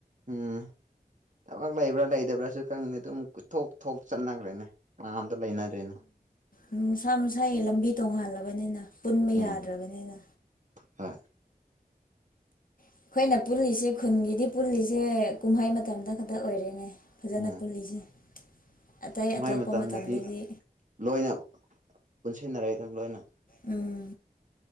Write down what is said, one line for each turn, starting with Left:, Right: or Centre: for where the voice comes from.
Right: ꯎꯝ ꯊꯕꯛ ꯂꯩꯕ꯭ꯔꯥ ꯂꯩꯇꯕ꯭ꯔꯥꯁꯨ ꯈꯪꯗꯦ ꯑꯗꯨꯝ ꯊꯣꯛ ꯊꯣꯛ ꯆꯠꯅꯈ꯭ꯔꯦꯅꯦ ꯀꯅꯥꯝꯇ ꯂꯩꯅꯗ꯭ꯔꯦꯅꯦ
Left: ꯎꯝ ꯃꯁꯥ ꯃꯁꯥꯒꯤ ꯂꯝꯕꯤ ꯇꯣꯡꯉꯥꯜꯂꯕꯅꯤꯅ ꯄꯨꯟꯕ
Right: ꯎꯝ
Left: ꯌꯥꯗ꯭ꯔꯕꯅꯤꯅ
Right: ꯍꯣꯏ
Left: ꯑꯩꯈꯣꯏꯅ ꯄꯨꯜꯂꯤꯁꯦ ꯈꯨꯟꯒꯤꯗꯤ ꯄꯨꯜꯂꯤꯁꯦ ꯀꯨꯝꯍꯩ ꯃꯇꯝꯗ ꯈꯛꯇ ꯑꯣꯏꯔꯦꯅꯦ ꯐꯖꯅ
Right: ꯎꯝ
Left: ꯄꯨꯜꯂꯤꯁꯦ ꯑꯇꯩ
Right: ꯀꯨꯝꯍꯩ
Left: ꯑꯇꯣꯞꯄ
Right: ꯃꯇꯝꯗꯗꯤ
Left: ꯃꯇꯝꯗꯒꯤ
Right: ꯂꯣꯏꯅ ꯄꯨꯟꯁꯤꯟꯅꯔꯦꯗ ꯂꯣꯏꯅ
Left: ꯎꯝ